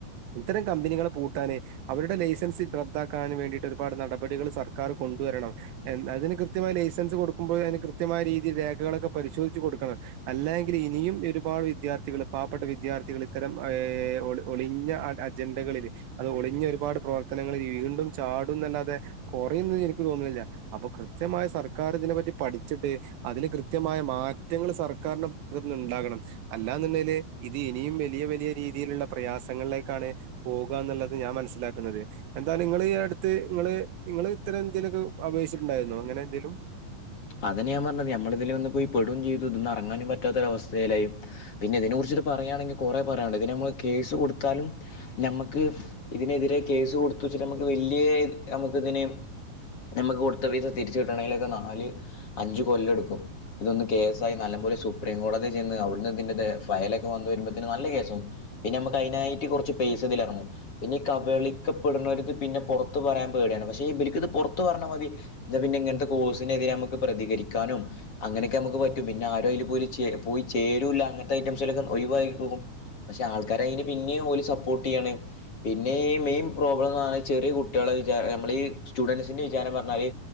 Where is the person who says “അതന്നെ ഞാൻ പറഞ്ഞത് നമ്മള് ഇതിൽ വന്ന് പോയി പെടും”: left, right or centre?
Left